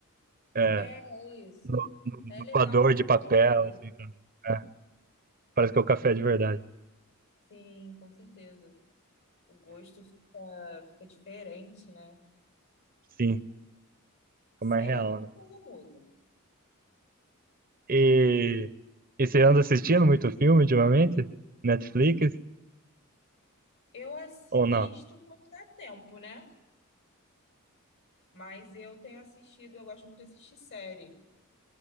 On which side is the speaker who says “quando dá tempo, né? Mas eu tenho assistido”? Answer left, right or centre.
Left